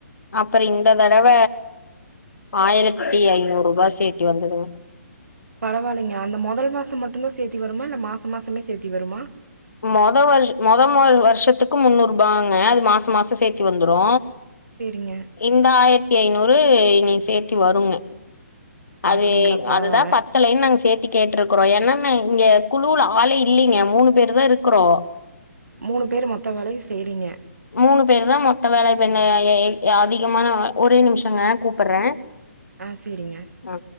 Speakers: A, on the left; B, on the right.
A: அப்புறோ இந்த தடவ ஆயிரத்தி ஐந்நூரூபா சேத்தி வந்ததுங்க
B: பரவாயில்லைங்க அந்த மொதல் மாசோ மட்டுந்தா சேத்தி வருமா இல்ல மாச மாசமே சேத்தி வருமா
A: மொத வருஷ் மொத ம வருஷத்துக்கு முன்னூரூபாங்க அது மாச மாசோ சேத்தி வந்துரு
B: சேரிங்க
A: இந்த ஆயிரத்தி ஐநூறு இனி சேத்தி வருங்க அது
B: அப்டிங்களா பரவால்ல
A: அதுதா பத் தலனு நாங்க சேத்தி கேட்ருக்குறோ ஏன்னா நாங் இங்க குழுல ஆளே இல்லைங்க மூணு பேரு தா இருக்குறோ
B: மூணு பேரு மொத்த வேலையு செய்றீங்க
A: மூணு பேரு தா மொத்த வேலை இப்ப என்ன அதிகமான ஒரே நிமிஷோங்க கூப்பறே
B: ஆ சேரிங்க
A: ஓ